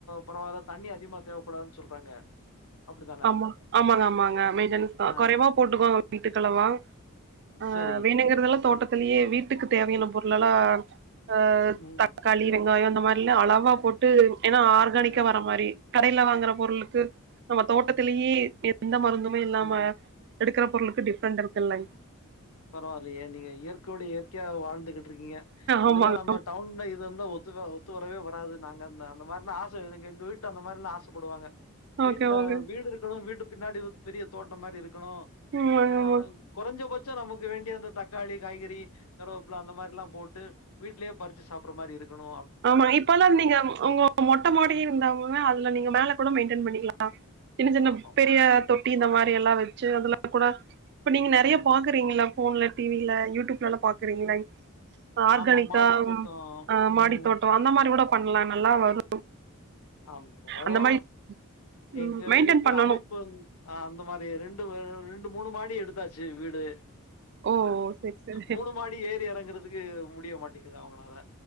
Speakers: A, on the left; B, on the right.
A: பரவால தண்ணி அதிகமா தேவைப்படாதுன்னு சொல்றாங்க அப்டித்தான
B: ஆமா ஆமாங்க ஆமாங்க மெயின்டனஸ் தா
A: ஆ
B: குறைவா போட்டுக்கோங்க வீட்டுக்கு அளவா ஆ
A: சரி
B: வேணுங்குறதெல்லா தோட்டத்திலியே
A: ம்
B: வீட்டுக்கு தேவையான பொருளெல்லா அ
A: ம்
B: தக் தக்காளி வெங்காயோ அந்த மாரிலா அளவா போட்டு ஏனா ஆர்கானிக்கா
A: அ
B: வர மாரி கடையில வாங்குற பொருளுக்கு தோட்டத்திலியே எந்த மருந்துமே இல்லாம
A: ம்
B: எடுக்குற பொருளுக்கு டிஃப்ரெண்ட் இருக்குல்லங்க
A: பரவாலியே நீங்க இயற்கையோட இயற்கையா வாழ்ந்துகிட்டு இருக்கீங்க இதெல்லா
B: ஆமாங்க
A: நம்ம டவுன்ல இது இருந்தா ஒத்துக்காது ஒத்து வரவே வராது நாங்க அந்த மாரிலா ஆச எதுங்க எங்க வீட்டுல அந்த மாரிலா ஆச படுவாங்க வீட்ல
B: ஓகே ஓகே
A: வீடு இருக்கணு வீட்டு பின்னாடி பெரிய தோட்டம் மாரி இருக்க இருக்கணு
B: ம் ஆமா
A: ஆ
B: ஆமா
A: கொறைஞ்சபட்சோ நமக்கு வேண்டிய அந்த தக்காளி காய்கறி கருவேப்புல அந்த மாரில்லா போட்டு வீட்லயே பரிச்சு சாப்டுற மாரி இருக்கணு
B: ஆமா இப்ப எல்லா நீங்க உங்க மொட்ட மாடி
A: அ
B: இருந்தாலுமே அதுல நீங்க மேல கூட மெயின்டென் பண்ணிக்களா சின்ன சின்ன
A: ஆமாமா.
B: பெரிய தொட்டி இந்த மாரிலா வெச்சு அதெல்லா கூட இப்ப நீங்க நெறையா
A: ம்.
B: பாக்குறீங்கள்ள ஃபோன்ல டி வில யூடியூப்லலா பாக்குறீங்கள ஆர்கானிக்காதா
A: ஆமா மாடி தோட்டம்.
B: மாடி
A: ம்.
B: தோட்டோ அந்த மாரி கூட பண்லா நல்லா வரு
A: அ வரு
B: அந்த மாரி ம்
A: எங்க
B: மெயின்டென்
A: வீட்ல
B: பண்ணணு
A: அமைப்பு வந் ஆ அந்த மாரி ரெண்டு ரெண்டு மூணு மாடி எடுத்தாச்சு வீடு
B: ஓ செரி செரி
A: மூணு மாடி ஏறி எறங்குறதுக்கு முடிய மாட்டேக்குது அவுங்களால